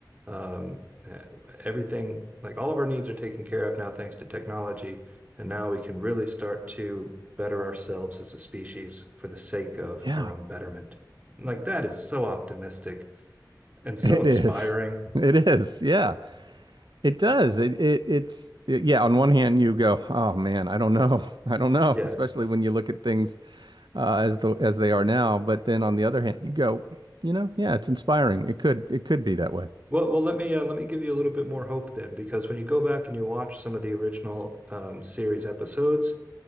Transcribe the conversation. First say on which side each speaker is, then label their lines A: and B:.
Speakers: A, on the right; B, on the right.
A: um, eh, everything like all of our needs are taken care of now thanks to technology, and now we can really start to better ourselves as a species for the sake of
B: Yeah,
A: our own betterment. Like that is so optimistic and so
B: it
A: inspiring.
B: is. It is. Yeah, it does. It, it it's it, yeah, on one hand you go, "Oh man, I don't know. <laughs> I don't know,"
A: Yeah.
B: especially when you look at things uh, as the as they are now. But then on the other hand, you go, you know, yeah, it's inspiring. It could it could be that way.
A: Well, well, let me uh, let me give you a little bit more hope then, because when you go back and you watch some of the original um, series episodes,